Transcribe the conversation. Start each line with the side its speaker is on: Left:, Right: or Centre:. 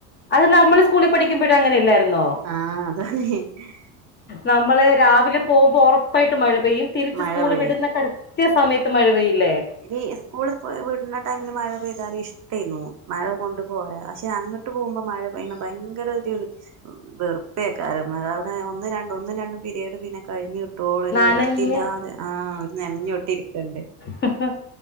Left: അത് നമ്മൾ സ്കൂളിൽ പഠിക്കുമ്പഴും അങ്ങനെല്ലായിന്നോ.
Right: ആഹ് അതാണ് ഹ്. ഹ്
Left: നമ്മള് രാവിലെ പോവുമ്പോ ഒറപ്പായിട്ടും മഴ പെയ്യും. തിരിച്ച്
Right: മഴ
Left: സ്കൂള്
Right: പെയ്യും
Left: വിടുന്ന തര കൃത്യ സമയത്ത് മഴ പെയ്യില്ലേ.
Right: ഈ സ്കൂൾ വിട്ണ ടൈമില് മഴ പെയ്താല് ഇഷ്ടൈന്നു മഴ കൊണ്ടു പോരാ പക്ഷെ അങ്ങട്ട് ങ്ങേട്ട് പേവുമ്പോ മഴ പെയ്യ്ണ ഭയങ്കരത് വെറുപ്പേക്കാരം മഴാൾന് ഒന്നും രണ്ടും ഒന്നും രണ്ടും പിരെഡ് പിന്നെ കഴിഞ്ഞുകി ട്ടേളൊരു
Left: നനഞ്ഞ്
Right: വൃത്തിയില്ലാതെ ആഹ് ഒരു നനഞ്ഞോട്ടി ഇരിക്കണ്ട്.
Left: ഹ ഹ